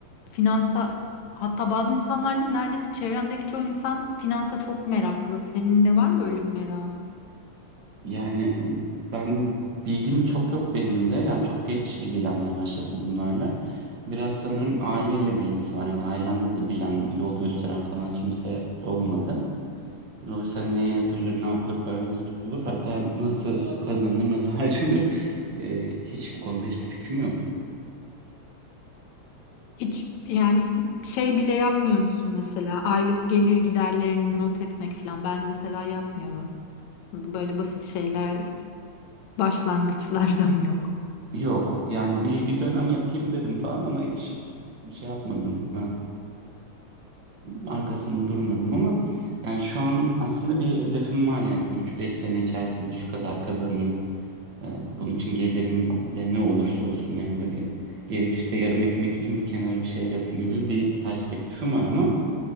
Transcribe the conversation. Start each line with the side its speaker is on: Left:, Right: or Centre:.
Left: finansa, hatta bazı insanlar değil, neredeyse çevremdeki çoğu insan finansa çok meraklı. Senin de var mı böyle bir merakın?
Right: Yani ben bilgim çok yok benim de. Yani çok geç ilgilenmeye başladım bunlarla. Biraz sanırım aileyle de ilgisi var. Hani ailemde de bilen, yol gösteren falan kimse olmadı. Dolayısıyla hani neye yatırılır, ne yapılır, para nasıl tutulur, hatta nasıl kazanılır, nasıl <laughs> harcanır e, hiç bu konuda hiçbir fikrim yok.
Left: Hiç yani şey bile yapmıyor musun mesela aylık gelir giderlerini not etmek falan ben mesela yapmıyorum. Böyle basit şeyler başlangıçlardan <laughs> yok.
Right: Yok yani bir, bir dönem yapayım dedim falan ama hiç şey yapmadım. arkasında durmadım ama yani şu an aslında bir hedefim var yani bir üç beş sene içerisinde şu kadar kazanayım. Ee, bunun için gelirim de ne olursa olsun yani böyle gerekirse yarım ekmek yiyeyim bir kenara bir şeyler atayım gibi bir perspektifim var ama